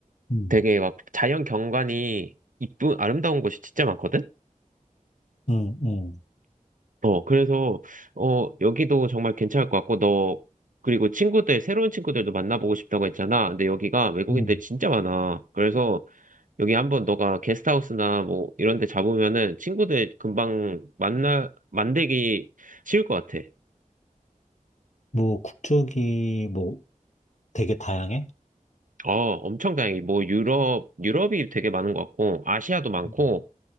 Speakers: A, on the left; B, on the right.
A: 음,
B: 되게 막 자연 경관이 이쁜, 아름다운 곳이 진짜 많거든?
A: 음, 음,
B: 어, 그래서, 어, 여기도 정말 괜찮을 것 같고, 너, 그리고 친구들, 새로운 친구들도 만나보고 싶다고 했잖아. 근데 여기가 외국인들이
A: 음.
B: 진짜 많아. 그래서 여기 한번 너가 게스트하우스나 뭐 이런 데 잡으면은 친구들 금방 만나, 만들기 쉬울 것 같아.
A: 뭐 국적이 뭐 되게 다양해.
B: 어, 엄청 다양해. 뭐 유럽, 유럽이 되게 많은 것 같고, 아시아도 많고,
A: 음,